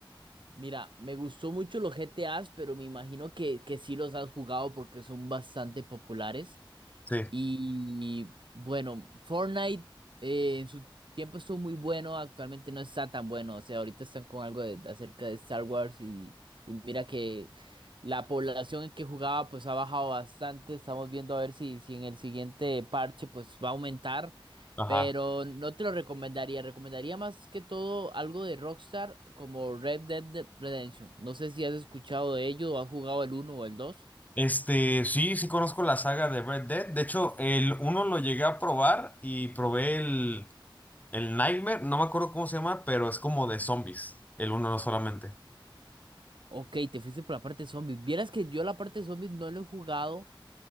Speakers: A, on the right (about 65°); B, on the left (about 20°).
A: Mira, me gustó mucho los G T As pero me imagino que, que sí los has jugado porque son bastante populares.
B: Sí,
A: Y bueno, Fortnite eh, en su tiempo estuvo muy bueno, actualmente no está tan bueno. O sea, ahorita están con algo de, de acerca de Star Wars y, y mira que la población que jugaba pues ha bajado bastante. Estamos viendo a ver si, si en el siguiente parche pues va a aumentar.
B: ajá.
A: Pero no te lo recomendaría. Recomendaría más que todo algo de Rockstar como Red Dead Dead Redemption. No sé si has escuchado de ello o has jugado el uno o el 2.
B: Este, sí, sí conozco la saga de Red Dead. De hecho, el uno lo llegué a probar y probé el, el Nightmare, no me acuerdo cómo se llama, pero es como de zombies, el uno no solamente.
A: Ok, te fuiste por la parte de zombies. Vieras que yo la parte de zombies no lo he jugado,